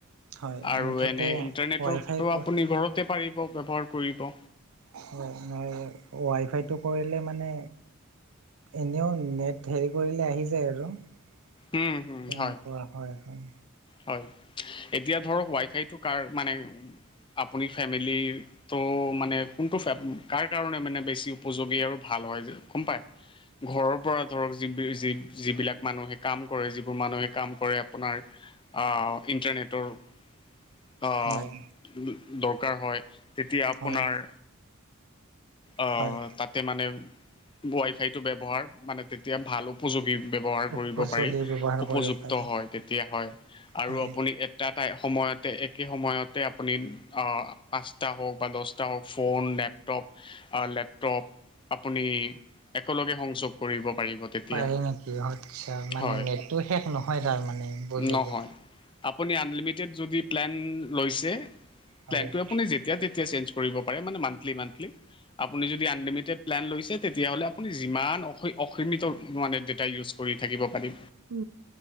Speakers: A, on the right; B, on the left.
A: হয়
B: আৰু
A: মুঠতে
B: এনে ইন্টাৰনেটৰটো
A: ৱাই ফাই হয়
B: আপুনি বহুতে পাৰিব ব্যৱহাৰ কৰিব।
A: হয় ম ৱাই ফাইটো কৰিলে মানে এনেও নেট হেৰি কৰিলে আহি যায় আৰু তেনেকুৱা
B: উম, হুম, হয়,
A: হয় হয়।
B: হয় এতিয়া ধৰক ৱাই ফাইটো কাৰ মানে আপুনি ফেমিলি তো মানে কোনটো কাৰ কাৰণে মানে বেছি উপযোগী আৰু ভাল হয় হয় গম পাই। ঘৰৰ পৰা ধৰক য য যিবিলাক মানুহে কাম কৰে যিবোৰ মানুহে কাম কৰে আপোনাৰ আহ ইন্টাৰনেটৰ আহ
A: হয়
B: দৰকাৰ হয়। তেতিয়া আপোনাৰ
A: হয়
B: অ',
A: হয়
B: তাতে মানে ৱাই ফাইতটো ব্যৱহাৰ মানে তেতিয়া ভাল উপযোগ ব্যবহাৰ
A: উপযোগী
B: কৰিব পাৰি
A: ব্যৱহাৰ
B: উপযুক্ত
A: কৰিব পাৰি
B: হয় তেতিয়া হয় আৰু
A: হয়
B: আপুনি <unintelligible> তাই সময়তে একে সময়তে আপুনি পাঁচটা হওক বা দহটা হওক ফোন ডেপ তপ অ লেপতপ আপুনি একেলগে সংযোগ কৰিব পাৰিব তেতিয়া
A: পাৰি নেকি আচ্ছা মানে
B: হয়
A: নেটটো শেষ নহয় তাৰ মানে বুজিলো।
B: নহয় আপুনি আনলিমিটেড যদি প্লেন লৈছে
A: হয়
B: তে যেতিয়া তেতিয়া চেঞ্জ কৰিব পাৰে মানে মানথলী আপুনি যদি আনলিমিটেড প্লেন লৈছে তে তেতিয়াহ'লে আপুনি যিমান অস অসীমিত মানে ডেটা ইউজ কৰি থাকিব পাৰি।
A: উ